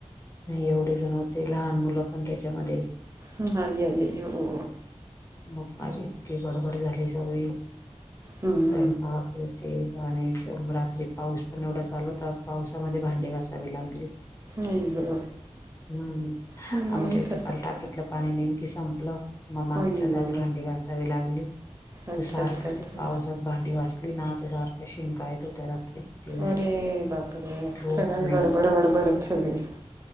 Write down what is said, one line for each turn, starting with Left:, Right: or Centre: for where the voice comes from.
Left: नाही एवढे जण होते लहान मुलं पण त्याच्यामध्ये
Right: ह.. आई आई हे हो..
Left: मग माझी इतकी गडबड झाली सगळी
Right: हम..
Left: अरे बापरे! आणि रात्री पाऊस पण एवढा चालू होता पावसामध्ये भांडे घासावे लागले
Right: आई ग
Left: हम्म
Right: हम्म
Left: आमच्या इथं
Right: चालतंय
Left: काल टाकीतलं पाणी नेमकी संपलं. मग मागच्या
Right: आई
Left: दारी
Right: ग
Left: भांडी घाचावी लागली
Right: अच्छा
Left: तर सारख्या
Right: अच्छा अच्छा
Left: ते पाऊस. भांडी घासली ना त्यारख्या शिंका येत होत्या रात्री. वेळ
Right: अरे बापरे.
Left: झोप
Right: सगळाच
Left: नाही
Right: गडबड गडबड आमच्या घरी